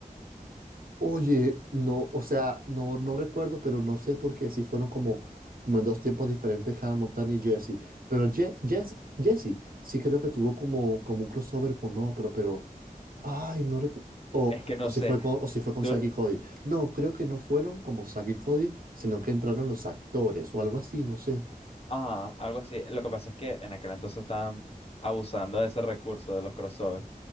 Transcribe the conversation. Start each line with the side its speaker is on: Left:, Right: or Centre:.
Right: Oye, no, o sea, no, no recuerdo, pero no sé por qué si fueron como, como en dos tiempos diferentes Hannah Montana y Jesse. Pero Je Jess- Jesse sí creo que tuvo como, como un crossover con otro, pero. Ay, no recuerdo. O,
Left: Es que no
Right: o si
Left: sé,
Right: fue con, o si fue
Left: dur-
Right: con Zack y Cody. No, creo que no fueron como Zack y Cody, sino que entraron los actores o algo así, no sé.
Left: ajá, algo así. Lo que pasa es que en aquel entonces estaban abusando de ese recurso de los crossovers.